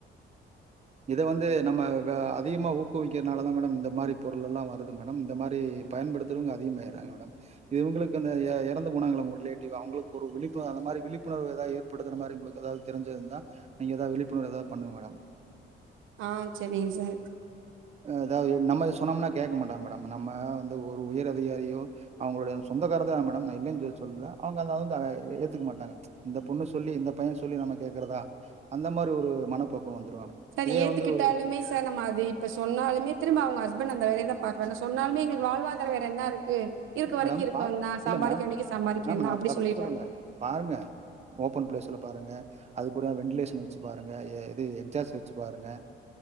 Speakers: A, on the right; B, on the right.
A: இத வந்து நம்ம வ அதிகமா ஊக்குவிக்கிறதுனாலதா மே டம் இந்த மாரி பொருள் எல்லா வருது மேடம் இந்த மாரி பயன்படுத்துறவங்க அதிகமா ஆயிட்றாங்க மேடம் இவங்களுக்கு அந்த எ எறந்து போனாங்கள ஒரு ரிலேட்டிவ் அவங்களுக்கு ஒரு விழிப்புணர் அந்த மாரி விழிப்புணர்வு ஏதா ஏர் படுதுற மாரி உங்களுக்கு எதாவ்து தெரிஞ்சு இருந்தா நீங்க ஏதா விப்புணர்வு ஏதா பண்ணுங்க மேடம்
B: ஆ சரிங்க சா
A: ஏதாவு நம்ம சொன்னோம்னா கேக்க மாட்டாங்க மேடம் நம்ம வந்து ஒரு உயர் அதிகாரியோ அவங்களுடைய சொந்தக்கார தா மேடம் நா இல்லலைன்னு சொல்லி சொல்லல அவங்க அத வந்து அத எ ஏத்துக்க மாட்டாங்க இந்த பொண்ணு சொல்லி இந்த பைய சொல்லி நம்ம கேக்குறதா அந்த மாரி ஒரு மணப்பக்குவோ வந்துருவாங்க
B: சார்
A: இதே
B: ஏத்துக்கிட்டாலுமே
A: வந்து ஒரு
B: சார் நம்ம அது இப்ப சொன்னாலுமே திரும்ப அவங்க ஹஸ்பண்ட் அந்த வேலைய தா பாக்குறாங்க சொன்னாலுமே எங்களுக்கு வாழ்வாதார வேற என்ன இருக்கு இருக்க வரைக்கு
A: மேடம்
B: இருக்கனொந்தா
A: பா
B: சம்பாதிக்க
A: இல்ல
B: வேண்டிக்கு சம்பாதிக்க
A: மேம்
B: வேண்டியதுதா
A: நான்
B: அப்டி
A: தப்பு
B: சொல்லிறாங்
A: சொல்லல. பாருங்க ஓப்பன் ப்ளேஸ்ல பாருங்க அதுக்கூட வென்ண்டிலேஷன் வெச்சு பாருங்க எது எக்ஸாஸ்ட் வெச்சு பாருங்க